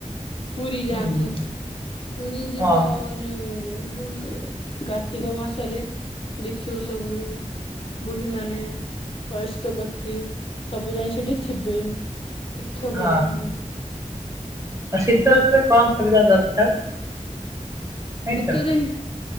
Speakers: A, on the left (about 45°); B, on the right (about 25°).
A: ପୁରୀ ଯାଆନ୍ତି
B: ହୁଁ
A: ପୁରୀ ଯିବ।
B: ହଁ
A: ଯୋଉ ବୋ କାର୍ତ୍ତିକ ମାସରେ ଦେଖିବ ସବୁ ବୁଢୀମାନେ ବୟସ୍କ ବ୍ୟକ୍ତି ସବୁ ଯାଇକି ସେଠି ଥିବେ ତୀର୍ଥ
B: ହଁ
A: କରୁଛନ୍ତି।
B: ଆଉ ଶୀତଋତୁରେ କଣ କରିବା ଦରକାର? ଜାଣିଛ
A: ଶୀତ ଦିନ